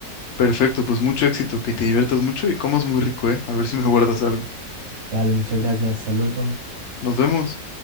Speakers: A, on the left (about 85°); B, on the right (about 55°).
A: Perfecto, pues mucho éxito, que te diviertas mucho y comas muy rico, ¿eh? A ver si me guardas algo.
B: Dale, muchas gracias, hasta luego.
A: Nos vemos.